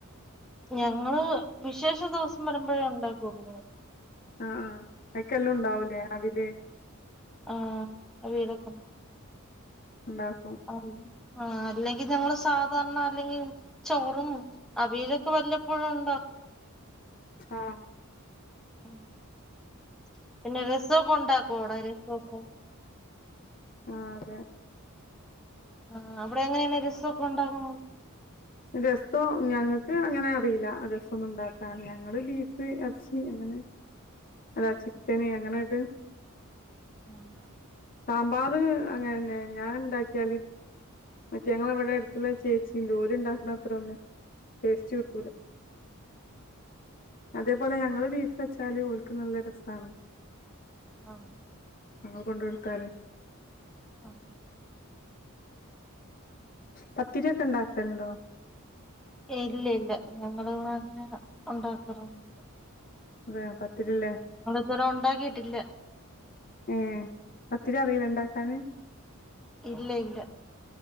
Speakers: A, in the centre; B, on the left.
A: ഞങ്ങള് വിശേഷ ദിവസം വരുമ്പഴേ ഉണ്ടാക്കൊള്ളു.
B: ആഹ് ആഹ് അയ്ക്കെല്ലും ഉണ്ടാവുലേ അവില്
A: ആഹ്. അവിയലൊക്കെണ്ടാവും.
B: ഇണ്ടാക്കും.
A: ആഹ് അല്ലെങ്കി ഞങ്ങള് സാധാരണ അല്ലെങ്കി ചോറും അവിയലൊക്കെ വല്ലപ്പോഴു ഉണ്ടാ
B: ആഹ്.
A: <unintelligible> പിന്നെ രസവൊക്കെ ഉണ്ടാക്കോ അവിടെ രസവൊക്കെ.
B: ആഹ് അതെ.
A: ആഹ് അവിടെ എങ്ങനേണ് രസ ഒക്കെ ഉണ്ടാക്ണത്?
B: രസം ഞങ്ങക്ക് അങ്ങനെ അറീല്ല രസം ഒന്നും ഇണ്ടാക്കാന്. ഞങ്ങള് ബീ ബീഫ് എറച്ചി അങ്ങനെ. അല്ല ചിക്കന് അങ്ങനെട്
A: ആഹ്.
B: സാമ്പാർ അങ്ങനന്നെ ഞാൻ ഇണ്ടാക്കിയാല് മറ്റേ ഞങ്ങളെ വടെ എട് ത്തുള്ളൊര് ചേച്ചിണ്ട് ഓല് ഇണ്ടാക്ണ അത്രെന്നും ടേസ്റ്റ് കിട്ടൂല. അതേപോലെ ഞങ്ങള് ബീഫ് വെച്ചാല് ഓൽക്ക് നല്ല രസാണ്.
A: ആഹ്.
B: ഞങ്ങൾ കൊണ്ട് കൊടുത്താല്.
A: ആഹ്.
B: പത്തിരി ഒക്കെ ഇണ്ടാക്കല്ണ്ടോ?
A: ഏയ് ഇല്ല ഇല്ല. ഞങ്ങളിവിടെ അങ്ങനെ ഒണ്ടാക്കാറൊന്നും
B: അതെയോ പത്തിരി ല്ലേ?
A: ഇതുവരേം ഒണ്ടാക്കീട്ടില്ല.
B: ഏഹ്. പത്തിരി അറീല്ലേ ഇണ്ടാക്കാന്?
A: ഇല്ല ഇല്ല.